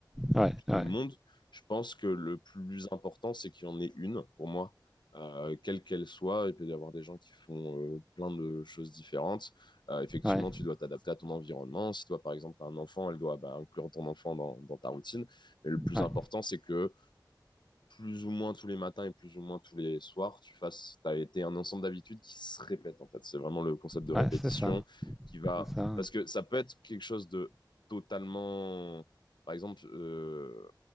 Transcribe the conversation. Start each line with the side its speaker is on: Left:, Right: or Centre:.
Centre: Ouais,
Left: tout
Centre: ouais,
Left: le monde. Je pense que le plus important, c'est qu'il y en ait une, pour moi, euh, quelle qu'elle soit. Il peut y avoir des gens qui font euh, plein de choses différentes. Euh, effectivement,
Centre: ouais,
Left: tu dois t'adapter à ton environnement. Si toi, par exemple, tu as un enfant, elle doit bah, inclure ton enfant dans, dans ta routine. Mais le plus
Centre: ouais.
Left: important, c'est que plus ou moins tous les matins et plus ou moins tous les soirs, tu fasses, T'as été un ensemble d'habitudes qui se répètent, en fait. C'est vraiment le concept de répétition
Centre: Ouais, c'est ça,
Left: qui va.
Centre: c'est ça. ouais.
Left: Parce que ça peut être quelque chose de totalement. Par exemple, euh,